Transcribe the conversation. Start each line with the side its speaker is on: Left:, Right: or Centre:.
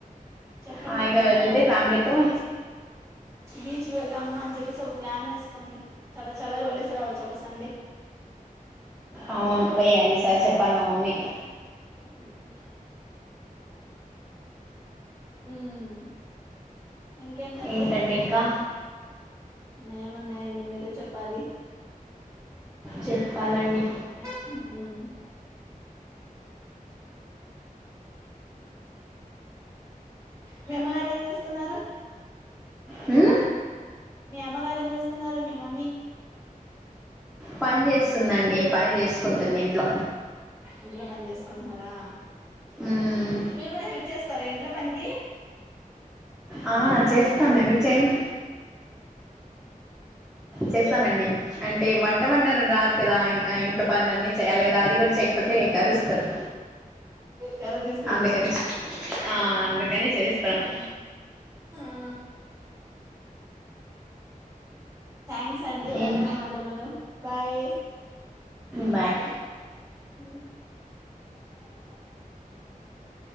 Right: చెప్పండి
Centre: హాయిగా
Right: మీ అమ్మా
Centre: వెళ్తే
Right: వాళ్ళకి
Centre: ఫ్యామిలీతో
Right: బీచ్ కి బీచ్కి వెళ్దాం అమ్మా అని చెప్పేసి ప్లాన్ వేసుకోండి చళ్ళ చళ్ళగ వెళ్ళేస్ రావచ్చు ఒకసండే
Centre: అవును వెేయ్యాలి ఈసారి చెప్పాలి మా మమ్మీకి
Right: ఉ మ్ ఇంకేంటండి
Centre: ఏంటండి ఇంకా
Right: ఏమున్నాయండి మీరే చెప్పాలి
Centre: చెప్పాలండి
Right: మ్ మీ అమ్మగారు ఏం చేస్తున్నారు
Centre: మ్
Right: మీ అమ్మగారు ఏం చేూస్తున్నారు మీ మమ్మీ
Centre: పని చేస్తుందండి పని చేసుకుంటుంది ఇంట్లో
Right: ఇంట్లో పని చేసుకుంటున్నారా
Centre: మ్మ్
Right: మీరు కూడా హెల్ప్ చేస్ స్తారా ఇంట్లో పనికి
Centre: ఆ చేస్తాను ఎందుకు చేయను చేస్తానండి అంటే వంట వంటను రాదు కదా ఇంకా ఇంట్లో పనుల అన్నీ చేయాలి కదా అది కూడా చేయకపోత్ తె ఇక అరుస్తది
Right: కర్ర తీసుకుంటారు
Centre: అందుకని చే ఆ అందుకని చేస్తాను
Right: ఆ థ్యాంక్స్ అంటీ ధన్యవాదములు
Centre: ఏం
Right: బాయ్
Centre: బాయ్
Right: అ